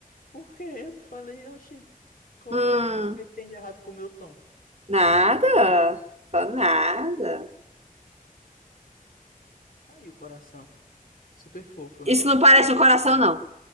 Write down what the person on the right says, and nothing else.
Hum,
nada. Fala Nada.
Isso não parece um coração, não.